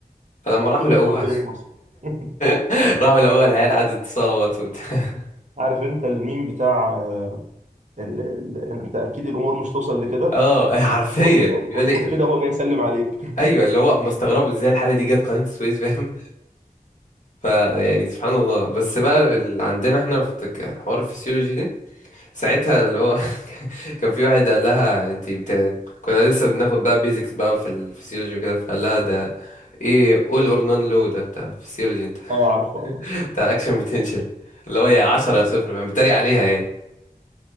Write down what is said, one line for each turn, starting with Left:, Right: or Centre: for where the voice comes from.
Left: فلما
Right: أكيد
Left: راحوا لقوها
Right: مش موجودة في مصر <laughs>
Left: <laughs> راحوا لقوها العيال قعدت تصوت وبتاع
Right: عارف انت الميم بتاع آه، ال- ال- انت اكيد الامور مش توصل لكده
Left: <laughs> اه حرفيا
Right: هو-
Left: بيقول لي
Right: كده هو جاي يسلم عليك
Left: ايوه اللي هو هم استغربوا ازاي الحالة دي جت قناة السويس فاهم فيعني سبحان الله بس بقى اللي عندنا احنا في الحوار الفسيولوجي ده ساعتها اللي هو <laughs> كان في واحد قال لها انت بتا... كنا لسه بناخد بقى بيزكس بقى في الفسيولوجي وكده فقال لها ده ايه all or none low ده بتاع الفسيولوجي انت
Right: اه عارفه
Left: <laughs> بتاع الاكشن potential اللي هو يا 10
Right: آه.
Left: يا صفر فاهم بيتريق عليها يعني